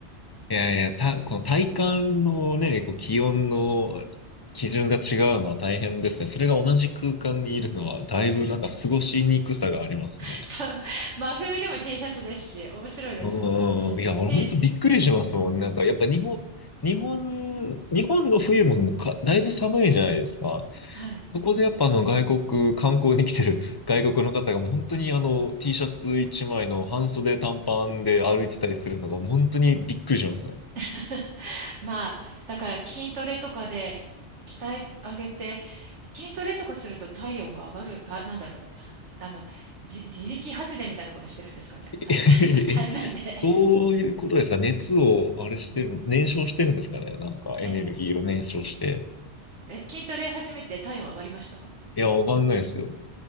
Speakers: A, on the left; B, on the right.
A: いやいや、た、この体感のね、こう気温の基準が違うのは大変ですね。それが同じ空間にいるのは、だいぶなんか過ごしにくさがありますね。
B: <laughs> そう。真冬でも T シャツですし、面白いですよね。
A: うんうんいや、俺本当びっくりしますもん。
B: T、
A: なんか、やっぱ日本、日本、日本の冬ももうか、だいぶ寒いじゃないですか。
B: はい。
A: そこでやっぱあの外国、観光に来てる <laughs> 外国の方がもう本当にあの T シャツ一枚の半袖短パンで歩いてたりするのが本当にびっくりしますね。
B: <laughs> まあ、だから筋トレとかで鍛え上げて、筋トレとかすると体温が上がる、あ、なんだろう、あの、じ、自力発電みたいなことしてるんですかね、体、
A: <laughs> え、
B: <laughs> 体内で。
A: そういうことですか熱をあれしてる、燃焼してるんですかねなんかエネルギーを燃焼して。
B: うん <laughs> え、え、筋トレ始めて体温上がりました
A: いや、わかんないですよ。